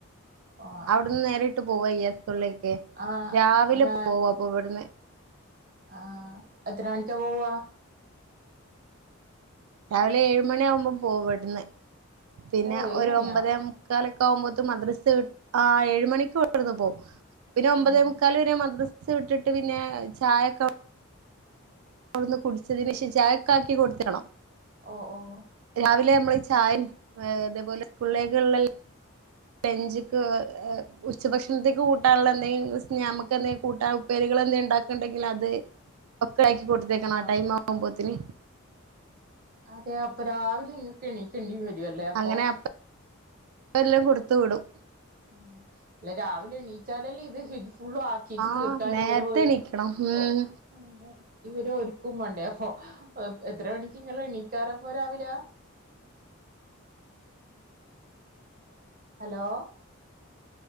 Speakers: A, on the right; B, on the right.
A: ആ
B: അവട്ന്ന് നേരിട്ട് പോവായ്യ സ്കൂളിലേക്ക്
A: ആ
B: രാവിലെ പോവാ അപ്പൊ ഇവട്ന്ന്
A: ആ എത്ര മണിക്ക പോവാ
B: രാവിലെ ഏഴുമണിയാവുമ്പം പോവും ഇവട്ന്ന് പിന്നെ
A: ഓ ഏഴ്
B: ഒരു
A: മണിയാ
B: ഒമ്പതേമു ക്കാലൊക്കെ ആവുമ്പോത്ത് മദ്രസ് വി ആ ഏഴ് മണിക്ക് ഇവട്ന്ന് പോ പിന്നെ ഒമ്പതേ
A: ആഹ്
B: മുക്കാല് വരെ മദ്രസ വിട്ടിട്ട് പിന്നെ ചായൊക്കെ അവിടുന്ന് കുടിച്ചതിന് ശേഷം ചായക്ക ആക്കി കൊടുത്തയാണോ
A: ഓഹ് ഓഹ്
B: രാവിലെ നമ്മള് ഈ ചായയ് ഏഹ് അതേപോലെ സ്കൂളിലേക്കുള്ള ലഞ്ചിക് ഉച്ചഭക്ഷണത്തേക്ക് കൂട്ടാൻള്ള എന്തെങ്കിലും സ്‌ന നമുക്ക് എന്തെങ്കി കൂട്ടാ ഉപ്പേരികൾ എന്തേ ഉണ്ടാക്ക്ണ്ടെങ്കില് അത് <unintelligible> ആക്കി കൊടുത്തേക്കണം
A: ആഹ്
B: ആ ടൈം ആവുമ്പോത്തിന്
A: അതെ അപ്പൊ രാവിലെ ഇങ്ങക്ക് എണീക്കേണ്ടി വരൊല്ലേ അപ്പൊ
B: അങ്ങനെ അപ്പ എല്ലാം കൊടുത്ത് വിടും
A: ആഹ് അല്ല രാവിലെ എണീച്ചാലല്ലേ ഇത് ഹി ഫുള്ള് ആക്കിട്ട്
B: ആ
A: തീർക്കാനും
B: നേരത്തെ
A: ഇവരെ ഒ
B: എണീക്കണം ഉം
A: അതെ ഇവരൊരുക്കും വണ്ടേ അപ്പൊ എത്ര മണിക്കിങ്ങളെണീക്കാറപ്പോ രാവിലെ? അലോ